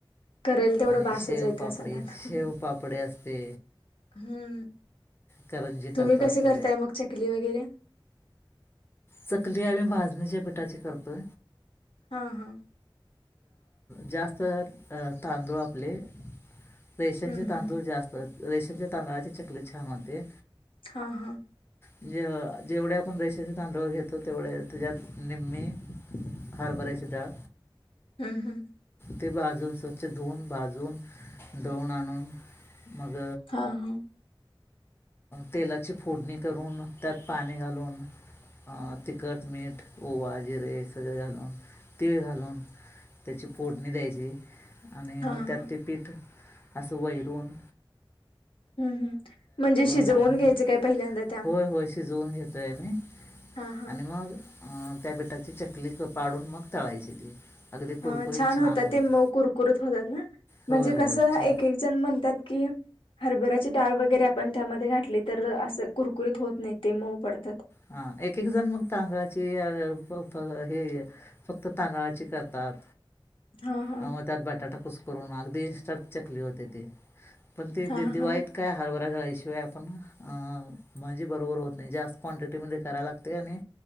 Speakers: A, on the left; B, on the left.
A: करेल तेवढं
B: आणि
A: बासच
B: शेवपापडी
A: आहे त्या सणाला
B: शेवपापडी असते
A: हम्म!
B: करंजी
A: तुम्ही
B: करतात
A: कसे करताय मग चकली वगैरे?
B: चकली आम्ही भाजणीच्या पिठाची करतोय.
A: हा हा
B: जास्त तांदूळ आपले रेशनचे
A: हम्म
B: तांदूळ
A: हम्म
B: जास्त रेशनच्या तांदळाची चकली छान होते.
A: हा हा!
B: जेवढे आपण रेशनचे तांदूळ घेतो तेवढ्या त्याच्यात निम्मी हरभराची डाळ
A: हम्म हम्म
B: ते बाजून स्वच्छ धुवन बाजून दळून आणून मग
A: हा हा
B: तेलाची फोडणी करून त्यात पाणी घालून तिखट मीठ ओवा जिरे सगळे घालून तीळ घालून त्याची फोडणी द्यायची. आणि
A: हा
B: मग
A: हा
B: त्यात ते पीठ असं वैरुन
A: हम्म म्हणजे शिजवून
B: मळून
A: घ्यायचं काय पहिल्यांदाच?
B: होय होय शिजवून घेतोय आ मी
A: हा हा
B: आणि मग अं त्या पीटाची चकली पाडून मग तळायची ती! अगदी
A: हा
B: कुरकुरीत
A: छान होतात,
B: होते
A: ते म कुरकुरत होतात ना? म्हणजे
B: होय होय
A: कसं
B: छान
A: एक एक जण म्हणतात की हरभऱ्याची डाळ वगैरे आपण त्यामध्ये घातली तर असं कुरकुरीत होत नाही ते मऊ पडत.
B: हा एक एक जण मग तांदळाची हे फक्त तांदळाची करतात,
A: हा हा
B: आ म त्यात बटाटा खुस्करून अगदी इन्स्टंट चकली होते ती, पण ती
A: हा
B: दिवाळीत
A: हा
B: काय हर डाळीशिवाय आपण म्हणझी बरोबर होत नाही जास्त क्वांटिटीमध्ये करायला लागते. आणि